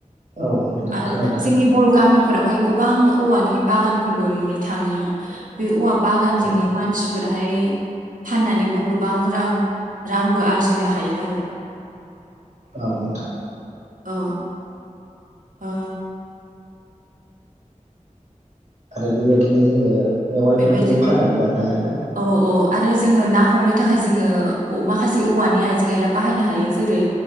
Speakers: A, on the right (about 55°); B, on the right (about 75°).
A: औ नोंथां
B: आरो
A: खोनादों
B: जोंनि बर' गामि फोरावहाय गोबां औवानि बागानफोरबो नुनो थाङो बे औवा बागानजोंनो
A: औ
B: मानसिफोरहाय फाननानैबो गोबां रां रांबो आरजिनो हायो आरो।
A: औ नोंथां
B: औ ओ
A: आरो बे बायदिनो जोङो मेवाइफोरखौबो
B: बेबायदिनो
A: फाननानै जानो हायोना?
B: औ औ आरो जोङो ना हमनो थाखाय जोङो माखासे औवानि आइजें आयला बाहायनो हायो। जेरै